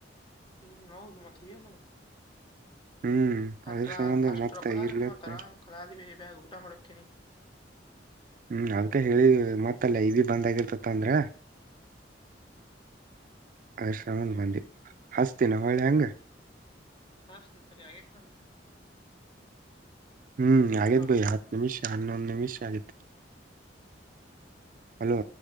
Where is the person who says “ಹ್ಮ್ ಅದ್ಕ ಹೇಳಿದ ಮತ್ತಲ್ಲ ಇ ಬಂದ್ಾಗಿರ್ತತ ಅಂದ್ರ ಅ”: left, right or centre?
Right